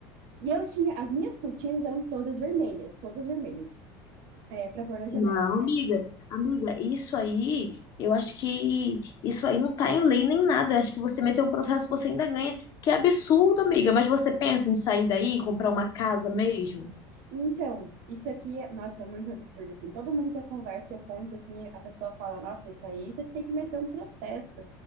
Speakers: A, on the right; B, on the left.
A: E eu tinha, as minhas cortinas eram todas vermelhas, todas vermelhas, é, para pôr nas janelas,
B: Não,
A: né?
B: amiga, amiga, isso aí, eu acho que isso aí não tá em lei nem nada. Acho que você meteu um processo, você ainda ganha. Que absurdo, amiga. Mas você pensa em sair daí, comprar uma casa mesmo?
A: Então, isso aqui, é- nossa, é muito absurdo, assim. Todo mundo que eu converso, que eu conto, assim, a pessoa fala, nossa, isso aí você tem que meter um processo.